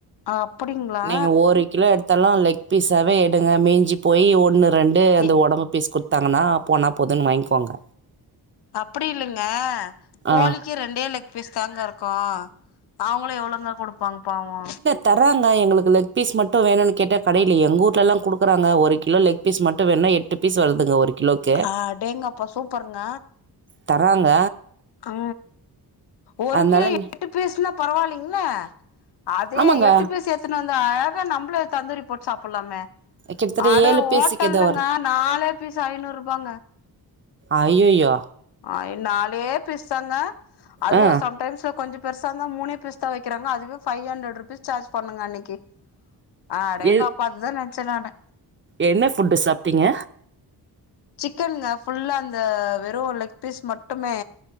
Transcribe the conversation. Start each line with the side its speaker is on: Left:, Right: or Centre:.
Left: அப்டிங்களா
Right: நீங்க ஒரு கிலோ எடுத்தாலு லெக் பீஸாவே எடுங்க மீஞ்சி போய் ஒன்னு ரெண்டு அந்த
Left: எ
Right: உடம்பு பீஸ் குடு த்தாங்கன்னா போனா போதுன்னு வாங்கிக்கோங்க
Left: அப்டி இல்லைங்க கோழி
Right: ஆ
Left: க்கு ரெண்டே லெக் பீஸ் தாங்க இருக்கு அவங்களு எவ்ளோங்கா குடுப்பாங்க பாவோ
Right: தர்றாங்க எங்களுக்கு லெக் பீஸ் மட்டு வேணுனு கேட்டா கடையில எங்க ஊட்லல்லா கு டுக்குறாங்க ஒரு கிலோ லெக் பீஸ் மட்டு வேணுனா எ ட்டு பீஸ் வருதுங்க ஒரு கிலோக்கு
Left: ஆடேங்கப்பா சூப்பருங்க
Right: தராங்க
Left: ஆ ஒரு
Right: அதனால
Left: கிலோ
Right: நீ
Left: எட்டு பீஸ்ன்னா பரவாலைங்ள அதே
Right: ஆமாங்க
Left: எட்டு பீஸ் எத்துனு வந்து அழகா நம்ளே தந்தூரி போட்டு சாப்புலாமே
Right: கிட்டத்தட்ட
Left: அட
Right: ஏழு பீஸுக்கு
Left: ஓட்டல்லங்க
Right: ஏதோ
Left: நாலே பீஸ் ஐநூறு ரூபாங்க
Right: அய்யய்யோ
Left: ஆ நாலே பீஸ்தாங்க அதுவு
Right: ஆ
Left: சம்டைம்ஸ்ல கொஞ்ச பெருசாந்தா மூனே பீஸ்தா வெக்கிறாங்க அதுவே ஃபைவ் அண்ட்ரட் ரூபிஸ் சார்ஜ் பண்ணுங்க அன்னக்கி அடேங்கப்பா
Right: எ
Left: அதுதா நெனச்சே நானு
Right: என்ன ஃபுட்டு சாப்ட்டிங்க
Left: சிக்கன்ங்க ஃபுல்லா அந்த வெறு லெக் பீஸ் மட்டுமே